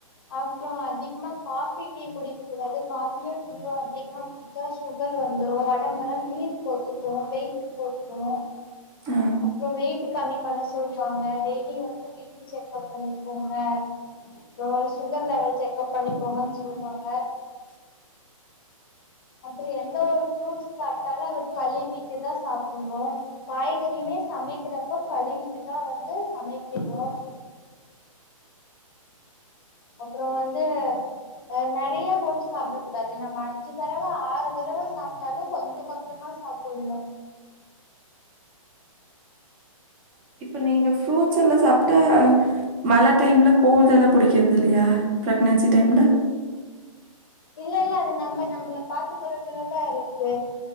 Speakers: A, on the left; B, on the right.
A: அப்றோ அதிகமா காபி டீ குடிக்க கூடாது காபியோ டீயோ அதிகமா குடிச்சா சுகர் வந்துரு ஒடம்பெல்லா நீர் கோத்துக்கு வெய்ட் போட்ரு
B: ஆ.
A: அப்றோ வெயிட் கம்மி பண்ண சொல் வாங்க டெய்லியு வந்து பிபி செக்கப் பண்ணிக்கோங்க அப்றோ சுகர் லெவல் செக்கப் பண்ணிக்கோங்கனு சொல்வாங்க அப்றோ எந்த ஒரு ஃப்ரூட்ஸ் சாப்ட்டாலு அத கழுவீட்டுதா சாப்பணு காய்கறியுமே சமைக்கிறப்ப கழுவீட்டுதா வந்து சமைக்கணு அப்றோ வந்து அ நெறைய போட்டு சாப்டக் கூடாது நம்ம அஞ்சு தடவ ஆறு தடவ சாப்ட்டாலு கொஞ்சோ கொஞ்சமா சாப்படணு
B: இப்ப நீங்க ஃப்ரூட்ஸ் எல்லா சாப் ஆஹ் மழ டைம்ல கோல்டல்லா புடிக்கிறதில்லையா பிரெக்னன்சி டைம்ல
A: இல்ல இல்ல அது நம்ம நம்மளை பாத்துக்கறதுலதா இருக்கு